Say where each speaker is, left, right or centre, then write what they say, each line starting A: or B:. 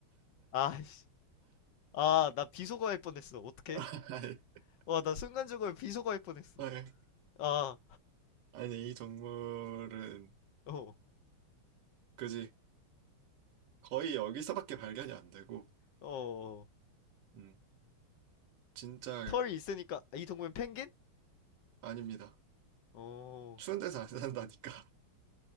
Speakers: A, on the left (about 60°); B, on the right (about 85°).
A: 아이씨. 아, 나 비속어할 뻔했어. 어떡해?
B: <laughs>
A: 와, 나 순간적으로 비속어할 뻔했어.
B: 아니, 아니,
A: 아,
B: 이 동물은
A: 어,
B: 그지 거의 여기서밖에 발견이 안 되고,
A: 어, 어.
B: 음, 진짜
A: 털이 있으니까, 아, 이 동물은 펭귄?
B: 아닙니다.
A: 어.
B: 추운 데서 안 산다니까.